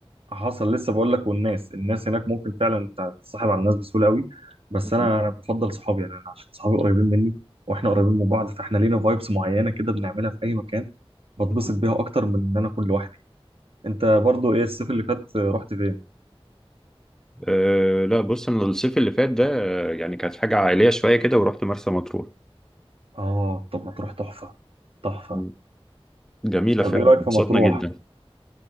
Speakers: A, on the right; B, in the centre.
A: حصل لسه بقول لك والناس الناس هناك ممكن فعلا انت تتصاحب على الناس بسهوله قوي بس
B: <laughs>
A: انا انا بفضل صحابي يعني انا عشان صحابي قريبين مني واحنا قريبين من بعض فاحنا لينا فايبس معينه كده بنعملها في اي مكان بتبسط
B: مم.
A: بيها اكتر من ان انا اكون لوحدي انت برضو ايه الصيف اللي فات رحت فين
B: أه لا بص أنا الصيف اللي فات ده آه، يعني كانت حاجة عائلية شوية كده ورحت مرسى مطروح
A: اه طب مطروح تحفه تحفه
B: مم. جميلة
A: طب
B: فعلا
A: ايه رايك
B: انبسطنا
A: في مطروح
B: جدا